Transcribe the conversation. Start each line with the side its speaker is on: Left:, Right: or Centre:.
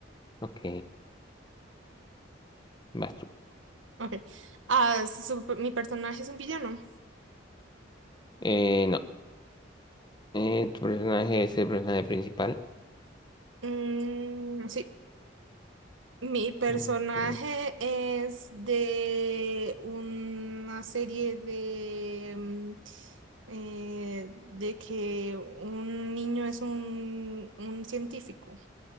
Left: Ok, vas tú.
Right: Ok. Ah, su- mi personaje es un villano.
Left: Eh, no, eh, tu personaje es el personaje principal.
Right: Mm, sí. Mi personaje
Left: Ok.
Right: es de una serie de... mm, eh, de que un niño es un, un científico.